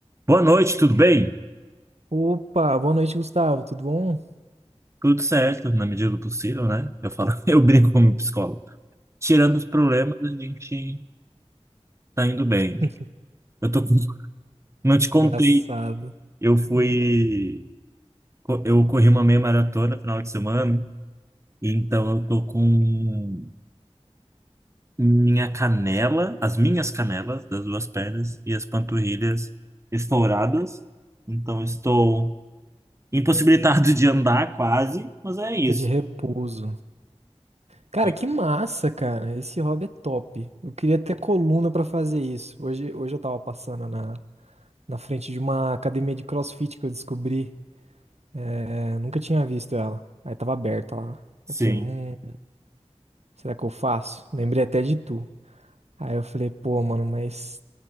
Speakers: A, on the right; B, on the right.
A: Boa noite, tudo bem?
B: Opa, boa noite, Gustavo. Tudo bom?
A: Tudo certo, na medida do possível, né? Eu falo, <laughs> eu brinco com o meu psicólogo. Tirando os problemas, a gente tá indo bem.
B: <laughs>
A: Eu tô, com- <laughs> não te contei,
B: Engraçado.
A: eu fui,
B: Hum,
A: co- eu corri uma meia maratona no final de semana, e então eu tô com minha canela, as minhas canelas das duas pernas e as panturrilhas estouradas. Então estou impossibilitado de andar quase, mas é isso,
B: tá de repouso. Cara,
A: né?
B: que massa, cara. Esse hobby é top. Eu queria ter coluna pra fazer isso. Hoje, hoje eu tava passando na, na frente de uma academia de CrossFit que eu descobri. É, nunca tinha visto ela. Aí tava aberta lá.
A: Sim.
B: Eu falei, hum, será que eu faço? Lembrei até de tu. Aí eu falei, pô, mano, mas